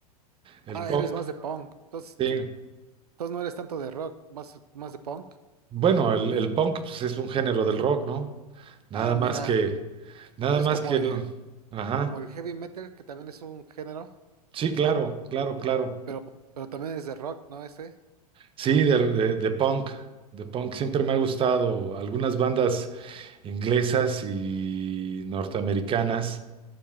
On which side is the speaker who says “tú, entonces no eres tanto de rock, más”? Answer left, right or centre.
Right